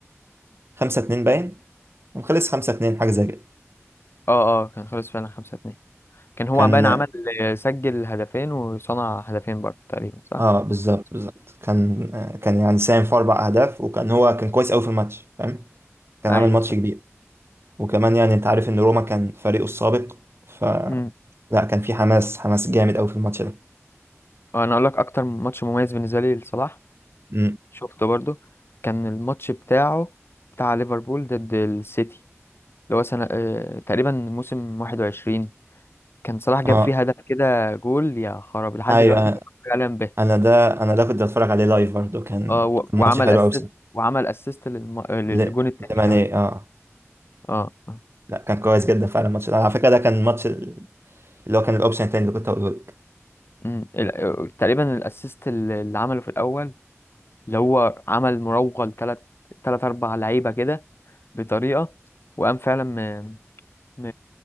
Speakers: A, on the right; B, on the left.
A: خمسة اتنين باين كان خلص خمسة اتنين حاجة زي كده
B: اه اه كان خلص فعلا خمسة اتنين كان هو
A: كان
B: عبان عمل سجل هدفين وصنع هدفين برضه تقريبا صح؟
A: اه بالظبط بالظبط كان آه، كان يعني ساهم في اربع اهداف وكان هو كان كويس قوي في الماتش فاهم كان
B: ايوه
A: عامل ماتش
B: صح
A: كبير وكمان يعني انت عارف ان روما كان فريقه السابق ف
B: امم
A: لا كان في حماس حماس جامد قوي في الماتش ده
B: انا اقول لك اكتر ماتش مميز بالنسبة لي لصلاح
A: امم
B: شفته برضه كان الماتش بتاعه بتاع ليفربول ضد السيتي اللي هو سنة آه، تقريبا موسم 21 كان صلاح جاب
A: اه
B: فيه هدف كده جول يا خراب لحد
A: ايوه
B: دلوقتي كنت بتكلم به
A: انا ده انا ده كنت بتفرج عليه لايف برضه كان
B: اه و-
A: كان
B: وعمل
A: ماتش حلو
B: اسيست
A: قوي بصراحه
B: وعمل اسيست للم... آه، للجون
A: ل-
B: التاني
A: لماني
B: كمان
A: اه
B: اه اه
A: لا كان كويس جدا فعلا الماتش ده على فكره ده كان الماتش اللي هو كان الاوبشن التاني اللي كنت هقوله لك
B: امم ال- آه، تقريبا الاسيست اللي اللي عمله في الاول اللي هو عمل مراوغة لتلات تلات أربع لعيبة كده بطريقة وقام فعلا م... م...